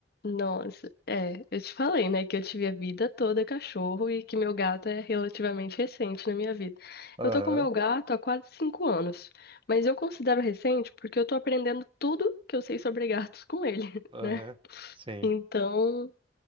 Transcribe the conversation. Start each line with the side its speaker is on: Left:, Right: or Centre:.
Left: Nossa, é, eu te falei, né, que eu tive a vida toda cachorro e que meu gato é relativamente recente na minha vida.
Right: Aham,
Left: Eu tô com meu gato há quase cinco anos, mas eu considero recente porque eu tô aprendendo tudo que eu sei sobre gatos com ele, <laughs>
Right: aham.
Left: né?
Right: Sim,
Left: Então,